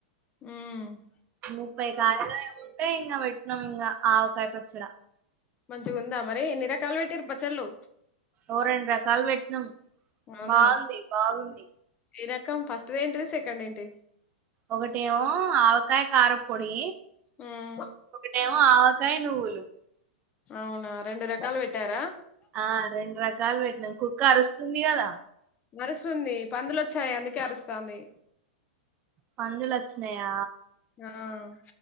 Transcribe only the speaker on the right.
ముప్పై కాయలో ఏమో ఉంటే ఇంగ పెట్టినం ఇంగా ఆవకాయ పచ్చడా
ఓ రెండు రకాలు పెట్టినాం
బాగుంది బాగుంది
ఒకటేమో ఆవకాయ కారం పొడి
ఒకటేమో ఆవకాయ నువ్వులు
ఆ రెండు రకాలు పెట్టినాం కుక్క అరుస్తుంది కదా
పందులొచ్చినయా